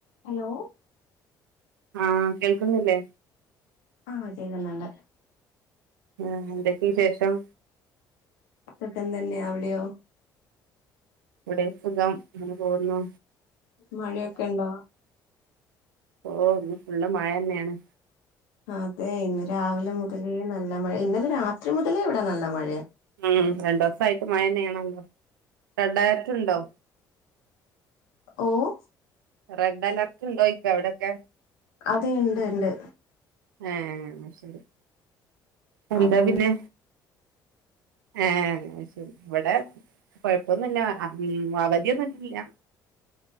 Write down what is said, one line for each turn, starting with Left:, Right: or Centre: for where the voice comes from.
Left: Hello
Right: ആഹ് കേൾക്കുന്നില്ലേ
Left: ആഹ് കേക്കുന്നുണ്ട്
Right: ആഹ് എന്തൊക്കെയ വിശേഷം
Left: സുഖംതന്നെ അവിടെയോ
Right: ഇവിടേം സുഖം ഇങ്ങനെ പോന്നു
Left: മഴയൊക്ക്ണ്ടോ
Right: ഓഹ് ഇന്ന് ഫുള്ള് മഴയെന്നെയാണ്
Left: അതെ ഇന്ന് രാവിലെ മുതലേ നല്ല മഴ ഇന്നലെ രാത്രി മുതലേ എവിടെ നല്ല മഴയാ
Right: ഉം രണ്ട്ദിവസായിട്ട് മഴയെന്നെയാണല്ലോ റെഡലേട്ട്ണ്ടോ
Left: ഓഹ്
Right: റെഡലേർട്ട്ണ്ടോയിക്ക അവിടെയൊക്കെ
Left: അത് ഇണ്ട്ണ്ട്
Right: ആഹ് ന്നശെരി എന്താ
Left: അതുകൊണ്ട്
Right: പിന്നെ ഏഹ് അയ്ശെരി ഇവിടെ കൊഴപ്പൊന്നുല്ലാ <unintelligible> അവധിയൊന്നുല്ലാ